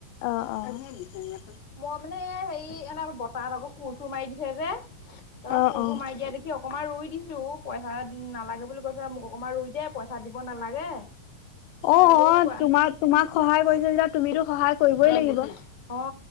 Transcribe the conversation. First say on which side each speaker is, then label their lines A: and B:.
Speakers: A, on the left; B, on the left.
A: অ', অ',
B: মই মানে এ হেৰি এনে বতাহত আকো ফটো মাৰি দিছে যে, তাৰপৰা
A: অ অ
B: ফটো
A: অ
B: মাৰি দিয়া দেখি অ অকণমান ৰুই দিছো পইচা নালাগে বুলি কৈছে মোক অকমান ৰুই দে পইচা দিব নালাগে
A: অ',
B: এনেকে বুলি
A: অ',
B: কোৱা
A: তোমাক-তোমাক সহায় কৰিছিল যে তুমিতো
B: অ
A: সহায় কৰিবই লাগিব।